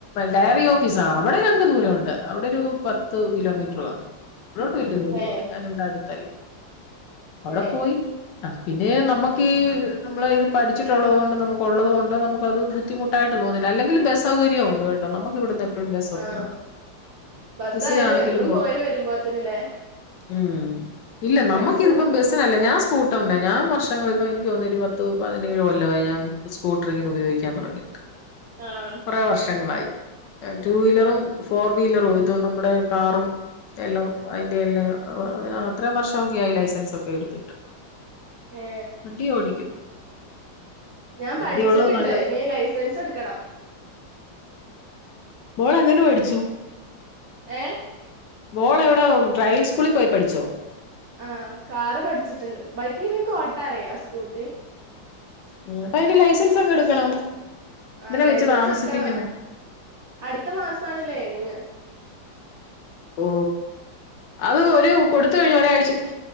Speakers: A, on the left; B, on the right.
A: ഡയറി ഓഫീസാ അവിടെ ഞങ്ങക്ക് ദൂരമുണ്ട് അവിടെ ഒരു പത്ത് കിലോമീറ്ററാണ് ഇവിടോട്ട് വല്യ ദൂര
B: ഏ
A: ഇല്ല ഞൻ ഇവിടെ അടുത്തല്ലേ അവിടെ
B: ഏ
A: പോയി ആ പിന്നെ നമുക്ക് നമ്മള് ഇത് പഠിച്ചിട്ടുള്ളത് കൊണ്ട് നമുക്ക ഉള്ളത് കൊണ്ട് നമുക്ക് അപ്പ അത് ബുദ്ധമുട്ടായി തോന്നുന്നില്ല അല്ലങ്കിൽ ബസ് സൗകര്യ ഉണ്ട് കെട്ടോ നമുക്ക്ടുന്ന് എപ്പ എപ്പോഴും ബസ്സ്‌ ഒക്കെ
B: ആഹ്
A: ഉണ്ട്
B: ബസ്സായാലും
A: ബസിനാണെങ്കിലും
B: എന്നും
A: പോവാ
B: പോയി വരുമ്പോത്തിനില്ലേ
A: ഉം ഇല്ല
B: പൈസയാവും
A: നമ്മക്ക് ഇതിപ്പ ബസ് ഞാൻ സ്കൂട്ടറിന് ഞാൻ വർഷങ്ങളിപ്പ എനിക്ക്തോന്നുന്നു ഒരു പത്തുപതിനേഴ് കൊല്ലമായി ഞാൻ സ്കൂട്ടറിങ്ങിനെ ഉപയോഗിക്കാൻ തുടങ്ങിയിട്ട്
B: ആഹ്
A: കുറേ വർഷങ്ങളായി ടു വീലറും ഫോർ വീലറും ഇത് നമ്മുടെ കാറും എല്ലാം അയിന്റെ എല്ലാം <unintelligible> ഇത്രയും വർഷമൊക്കെ ആയി ലൈസൻസ് ഒക്കെ എടുത്തിട്ട്
B: ഏ
A: വണ്ടിയും ഓടിക്കും
B: ഞാൻ
A: വണ്ടി
B: പഠിച്ചിട്ടുണ്ട്
A: ഉള്ളത് നല്ലത്
B: ഇനി ലൈസൻസ് എടുക്കണം
A: മോൾ എങ്ങനെ പടിച്ചു?
B: ഏഹ്
A: മോളെവിട ഡ്രൈവിംഗ് സ്കൂളിൽ പോയി പഠിച്ചോ?
B: ആ കാറ് പഠിച്ചിട്ടുണ്ട് ബൈക്ക് പിന്നെ ഇൻഓട്ടാറിയ സ്കൂട്ടി.
A: ഉം അപ്പൊ അതിന്റെ ലൈസൻസഒക്കെ ടുക്കണം എന്തിന
B: ആഹ്
A: വെച്ച്
B: ലൈസൻസ്
A: താമസിപ്പിക്കുന്നെ?
B: എടുക്കണം അടുത്ത മാസാണ് ലേനിങ്ങ്.
A: ഓ അത് ഒരു കൊടുത്ത് കഴിഞ് ഒരാഴ്ച